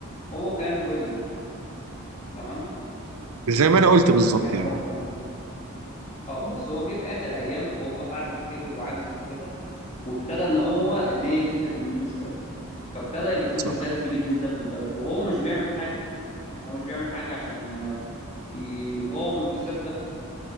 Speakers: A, on the left; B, on the right.
A: هو كان كويس جدا تمام
B: زي ما
A: آه
B: أنا قلت بالظبط
A: يعني
B: يعني
A: هو كان اه بس هو جه في اخر ايامه وهو بقى بعد ما كبر وعجز وكده وابتدى ان هو الدنيا تفلت من ايده شوية فابتدى يبقى فيه
B: صح.
A: فساد كبير جدا في البلد وهو مش بيعمل حاجة يعني هو مش بيعمل حاجة عشان يقاوم الفساد ده